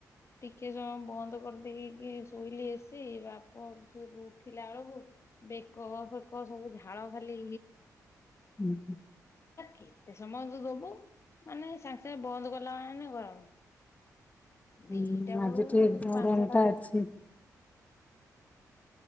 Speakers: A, on the left; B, on the left.
A: ଟିକେ ସମୟ ବନ୍ଦ କରିଦେଇକି ଶୋଇଲି ଏସି ବାପ ଉଠିଲା ବେଳକୁ ବେକ ଫେକ ସବୁ ଝାଳ ଖାଲି।
B: ହୁଁ ହୁଁ।
A: କେତେ ସମୟ ତୁ ଦବୁ। ମାନେ ସାଙ୍ଗେ ସାଙ୍ଗେ ବନ୍ଦ କଲା ମାନେ ଗରମ। ଦିଟା
B: ହୁଁ
A: ବେଳୁ
B: ଆଜି ଠିକ
A: ପାଞ୍ଚଟା
B: ଗରାମଟା
A: ସାଢେ
B: ଅଛି।